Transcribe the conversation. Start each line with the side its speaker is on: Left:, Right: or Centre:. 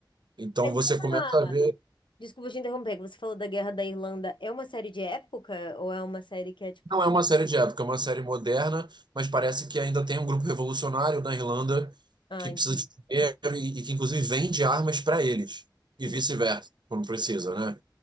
Right: Então
Left: Mas
Right: você
Left: é
Right: começa
Left: uma-
Right: a ver,
Left: Desculpa te interromper, que você falou da Guerra da Irlanda. É uma série de época ou é uma série que é tipo.
Right: não é uma série de época, é uma série moderna, mas parece que ainda tem um grupo revolucionário na Irlanda
Left: Ah,
Right: que
Left: entendi.
Right: precisa de dinheiro e, e que inclusive vende armas para eles e
Left: Entendi.
Right: vice-versa, quando precisa, né?